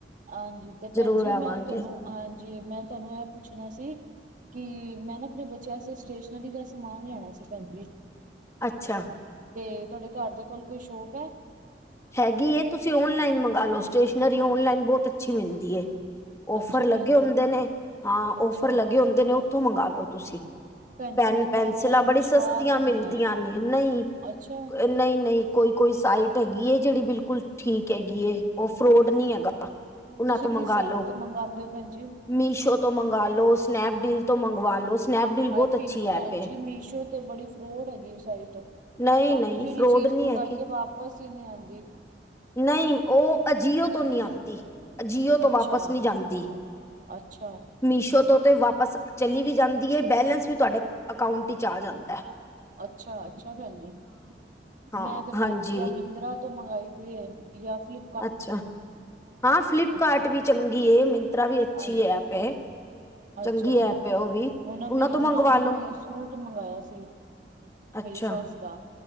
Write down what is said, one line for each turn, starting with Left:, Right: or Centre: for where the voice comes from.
Right: ਹਾਂਜੀ। ਤੇ
Left: ਜ਼ਰੂਰ
Right: ਭੈਣ ਜੀ
Left: ਆਵਾਂਗੇ
Right: ਮੈਂ ਤੁਹਾਨੂੰ ਹਾਂਜੀ ਮੈਂ ਤੁਹਾਨੂੰ ਏਹ ਪੁੱਛਣਾ ਸੀ। ਕਿ ਮੈਂ ਨਾ ਆਪਣੇ ਬੱਚਿਆਂ ਵਾਸਤੇ ਸਟੇਸ਼ਨਰੀ ਦਾ ਸਮਾਨ ਲੈਣਾ ਸੀ। ਭੈਣ ਜੀ।
Left: ਅੱਛਾ।
Right: ਤੇ ਤੁਹਾਡੇ ਘਰ ਦੇ ਕੋਲ ਕੋਈ ਸ਼ੋਪ ਹੈ।
Left: ਹੈਗੀ ਇਹ ਤੁਸੀਂ ਓਨਲਾਈਨ ਮੰਗਾ ਲਓ ਸਟੇਸ਼ਨਰੀ ਓਨਲਾਈਨ ਬਹੁਤ ਅੱਛੀ ਮਿਲਦੀ ਏ। ਔਫਰ
Right: ਅੱਛਾ
Left: ਲੱਗੇ
Right: ਭੈਣ ਜੀ
Left: ਹੁੰਦੇ ਨੇ। ਹਾਂ
Right: ਅੱਛਾ
Left: ਓਫਰ ਲੱਗੇ ਹੁੰਦੇ ਨੇ। ਉੱਥੋਂ ਮੰਗਵਾ ਲਓ ਤੁਸੀਂ
Right: ਭੈਣ
Left: ਪੈਨ
Right: ਜੀ ਮੈਨੂੰ
Left: -ਪੈਨਸਿਲਾਂ
Right: ਔਨਲਾਈਨ
Left: ਬੜੀ
Right: ਵਿਸ਼ਵਾਸ
Left: ਸਸਤੀਆਂ ਮਿਲਦੀਆਂ
Right: ਨਹੀਂ ਹੈ
Left: ਨੇ। ਨਹੀਂ
Right: ਅੱਛਾ
Left: -ਨਹੀਂ- ਨਹੀਂ। ਕੋਈ -ਕੋਈ ਸਾਈਟ ਹੈਗੀ ਏ। ਜਿਹੜੀ ਬਿਲਕੁਲ ਠੀਕ ਹੈਗੀ ਏ। ਉਹ ਫਰੋਡ ਨੀ ਹੈਗਾ। ਉਹਨਾਂ
Right: ਤੁਸੀਂ
Left: ਤੋਂ ਮੰਗਵਾ
Right: ਕਿਸ ਸਾਈਡ
Left: ਲੋ
Right: ਤੋਂ ਮੰਗਵਾਉਂਦੇ ਹੋ। ਭੈਣ ਜੀ।
Left: ਮੀਸ਼ੋ ਤੋਂ ਮੰਗਵਾ ਲੋ। ਸਨੈਪਡੀਲ ਤੋਂ ਮੰਗਵਾ ਲੋ। ਸਨੈਪਡੀਲ
Right: ਹਾਏ
Left: ਬਹੁਤ
Right: ਭ
Left: ਅੱਛੀ
Right: ਭੈਣ
Left: ਐਪ ਏ
Right: ਜੀ ਮੀਸ਼ੋ ਤੇ ਬੜੀ ਫਰੋਡ ਹੈਗੀ ਸਾਈਟ।
Left: ਨਹੀਂ
Right: ਉੱਥੋਂ
Left: ਨਹੀਂ
Right: ਜਿਹੜੀ
Left: ਫਰੋਡ
Right: ਚੀਜ਼
Left: ਨਹੀਂ
Right: ਮੰਗਾਈਏ
Left: ਹੈਗੀ
Right: ਵਾਪਸ ਈ ਨਹੀਂ ਆਉਂਦੀ।
Left: ਨਹੀਂ ਉਹ ਅਜੀਿਓ ਤੋਂ ਨਹੀਂ ਆਉਂਦੀ। ਅਜੀਓ ਤੋਂ
Right: ਅੱਛਾ
Left: ਵਾਪਸ ਨਹੀਂ ਜਾਂਦੀ।
Right: ਅੱਛਾ
Left: ਮੀਸ਼ੋ ਤੋਂ ਤੇ ਵਾਪਸ ਚਲੀ ਵੀ ਜਾਂਦੀ ਏ। ਬੈਲੈਂਸ ਵੀ ਤੁਹਾਡੇ ਅਕਾਊਂਟ ਵਿੱਚ ਆ ਜਾਂਦਾ ਹੈ।
Right: ਅੱਛਾ -ਅੱਛਾ ਭੈਣ ਜੀ।
Left: ਹਾਂ
Right: ਮੈਂ ਤੇ ਭੈਣ
Left: ਹਾਂਜੀ
Right: ਜੀ ਐਵੇ ਹੀ। ਤਰ੍ਹਾਂ ਤੋਂ ਮੰਗਾਈ ਦੀ ਏ ਜਾਂ ਫਿਰ
Left: ਅੱਛਾ, ਹਾਂ ਫਲਿਪਕਾਰਟ
Right: ਭੈਣ ਜੀ
Left: ਵੀ ਚੰਗੀ ਹੈ ਮਿੰਤਰਾ ਵੀ ਅੱਛੀ
Right: ਹਾਂਜੀ
Left: ਐਪ ਏ। ਚੰਗੀ
Right: ਅੱਛਾ,
Left: ਐਪ ਹੈ ਵੀ
Right: ਉਹ ਨਾਂ
Left: ਉਹਨਾਂ
Right: ਮੇਰੀ
Left: ਤੋਂ ਮੰਗਵਾ
Right: ਦਰਨੀ
Left: ਲੋ
Right: ਨੇ ਸੂਟ ਮੰਗਾਇਆ ਸੀ।
Left: ਅੱਛਾ
Right: ਮੇਰੀ ਸੱਸ ਦਾ,